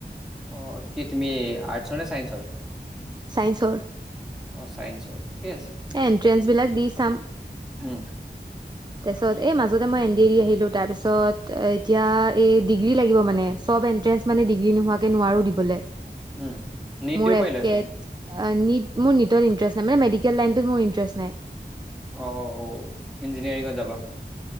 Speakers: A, in the centre; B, on the right.
A: অ'! কি তুমি আৰ্টছৰ নে চাইন্সৰ?
B: ছাইন্সৰ।
A: অ'! চাইন্সৰ। ঠিকে আছে
B: এ, এনট্ৰেঞ্চবিলাক দি চাম।
A: উম!
B: তাৰপিছত এই মাজতে মই এ এৰি আহিলোঁ। তাৰপিছত, এতিয়া এই ডিগ্ৰী লাগিব মানে চব এন্ট্ৰেঞ্চ মানে, ডিগ্ৰী নোহোৱাকে নোৱাৰোঁ দিবলৈ।
A: উম নিট
B: মোৰ
A: দিব পাৰিলাচোন
B: এফকেট নিট মোৰ নিট ইণ্টাৰেষ্ট নাই। মানে, মেডিকেল লাইনটোত মোৰ ইন্টাৰেষ্ট নাই।
A: অ'! ইঞ্জিনিয়াৰিঙত যাবা?